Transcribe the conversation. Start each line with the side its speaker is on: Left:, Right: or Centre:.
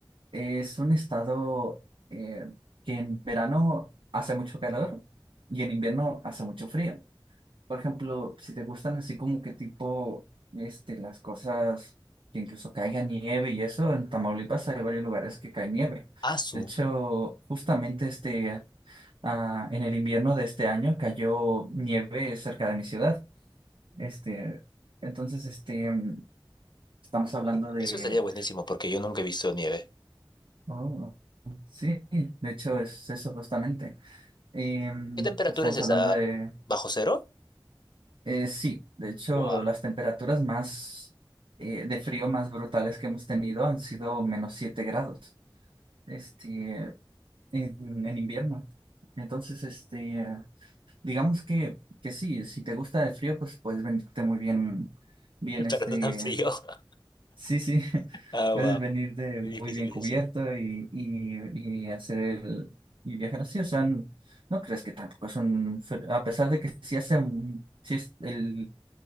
Right: es un estado eh, que en verano hace mucho calor y en invierno hace mucho frío. Por ejemplo, si te gustan así como que tipo, este, las cosas que incluso caiga nieve y eso, en Tamaulipas hay varios lugares que cae nieve.
Left: Ah, su.
Right: De hecho, justamente este, ah, en el invierno de este año cayó nieve cerca de mi ciudad. Este, entonces, este, mm, estamos hablando de,
Left: Eso estaría buenísimo porque yo nunca he visto nieve.
Right: oh, sí, de hecho es eso justamente. Em,
Left: ¿Qué temperatura
Right: estamos
Left: es esa?
Right: hablando de
Left: ¿Bajo cero?
Right: Eh, sí, de hecho,
Left: Wow,
Right: las temperaturas más eh, de frío más brutales que hemos tenido han sido menos siete grados este, en, en invierno. Entonces, este, digamos que, que sí, si te gusta el frío, pues puedes venirte muy bien, bien, este,
Left: pero no tan frío. <laughs>
Right: sí, sí, <laughs>
Left: Ah,
Right: puedes
Left: wow,
Right: venirte
Left: qué
Right: muy
Left: difícil
Right: bien
Left: decisión.
Right: cubierto y, y, y hacer el, y viajar así. O sea, n- no crees que tampoco es un, fr- a pesar de que sí hace un, sí es el